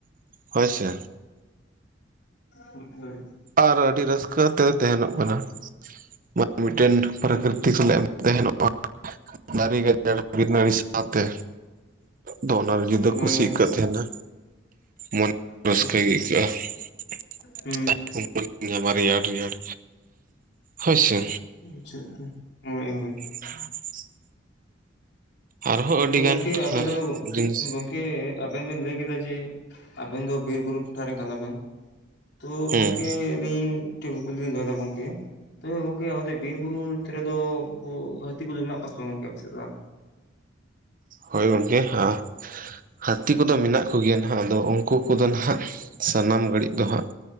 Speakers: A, on the right; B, on the left.
A: ᱦᱳᱭ ᱥᱮ᱾
B: ᱦᱩᱸ ᱦᱳ ᱦᱳᱭ᱾
A: ᱟᱨ ᱟᱹᱰᱤ ᱨᱟᱹᱥᱠᱟᱹ ᱛᱮ ᱛᱟᱦᱮᱱᱚᱜ ᱠᱟᱱᱟ, ᱢᱟᱱᱮ ᱢᱤᱫᱴᱮᱱ
B: ᱟᱪᱪᱷᱟ
A: ᱯᱨᱟᱠᱨᱤᱛ
B: ᱟᱪᱪᱷᱟ
A: ᱥᱟᱞᱟᱜ ᱛᱟᱦᱮᱱᱚᱜ-ᱟ ᱫᱟᱨᱮ ᱜᱟᱡᱟᱲ <unintelligible> ᱥᱟᱶᱛᱮ᱾ ᱫᱚ ᱚᱱᱟ ᱡᱩᱫᱟᱹ
B: ᱦᱳᱭ
A: ᱠᱩᱥᱤ
B: ᱦᱳᱭ
A: ᱠᱟ ᱛᱟᱦᱮᱸᱱᱟ ᱢᱚᱱᱮ
B: ᱟᱪᱪᱷᱟ
A: ᱨᱟᱹᱥᱠᱟᱹ
B: ᱟᱪᱪᱷᱟ
A: ᱜᱮ ᱟᱹᱭᱠᱟᱹᱜᱼᱟ᱾ <unintelligible>
B: ᱦᱩᱸ
A: ᱵᱟᱨᱭᱟ ᱨᱮᱭᱟᱲ ᱦᱳᱭ ᱥᱮ᱾
B: <unintelligible> ᱦᱳᱭ ᱦᱳᱭ᱾
A: <inaudible> ᱟᱨᱦᱚᱸ ᱟᱹᱰᱤᱜᱟᱱ
B: ᱛᱚ ᱜᱚᱝᱠᱮ ᱟᱯᱮ ᱫᱚ,
A: ᱡᱤᱱᱤᱥ
B: ᱜᱚᱢᱠᱮ ᱜᱚᱝᱠᱮ ᱟᱵᱮᱱ ᱵᱮᱱ ᱞᱟᱹᱭ ᱠᱮᱫᱟ ᱡᱮ ᱟᱵᱮᱱ ᱫᱚ ᱵᱤᱨ ᱵᱩᱨᱩ ᱴᱚᱴᱷᱟ ᱨᱮᱱ ᱠᱟᱱᱟ ᱵᱮᱱ᱾ ᱛᱚ
A: ᱦᱮᱸ
B: ᱜᱚᱢᱠᱮ ᱟᱹᱞᱤᱧ ᱢᱤᱫᱴᱮᱱ ᱠᱩᱠᱞᱤ ᱞᱤᱧ ᱫᱚᱦᱚᱭᱮᱫᱟ ᱜᱚᱢᱠᱮ᱾ ᱛᱚᱵᱮ ᱜᱚᱝᱠᱮ ᱚᱱᱛᱮ ᱵᱤᱨ ᱵᱩᱨᱩ ᱨᱮᱫᱚ ᱩᱱᱠᱩ ᱦᱟᱹᱛᱤ ᱠᱚᱫᱚ ᱢᱮᱱᱟᱜ ᱠᱚᱣᱟ ᱥᱮ ᱵᱟᱝ? ᱜᱚᱝᱠᱮ ᱟᱯᱮ ᱥᱮᱫ ᱫᱚ᱾
A: ᱦᱳᱭ ᱜᱚᱝᱠᱮ ᱦᱟ, ᱦᱟᱹᱛᱤ ᱠᱚᱫᱚ ᱢᱮᱱᱟᱜ ᱠᱚᱜᱮᱭᱟ ᱱᱟᱦᱟᱜ ᱟᱫᱚ, ᱩᱱᱠᱩ ᱠᱚᱫᱚ ᱱᱟᱦᱟᱜ, ᱥᱟᱱᱟᱢ ᱜᱷᱟᱹᱲᱤᱡ ᱫᱚ ᱦᱟᱸᱜ